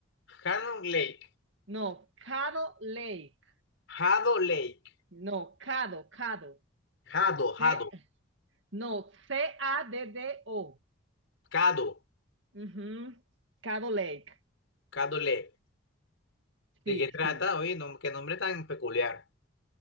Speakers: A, on the left; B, on the right.
A: Hanon Lake.
B: no, Caddo Lake,
A: Hado Lake.
B: no, Cado, Cado,
A: Hado, Hado.
B: C, no, C-A-D-D-O,
A: Cado.
B: Ujú, Caddo Lake,
A: Cado Lake.
B: sí,
A: ¿De qué trata?
B: sí.
A: Oye, no, qué nombre tan peculiar.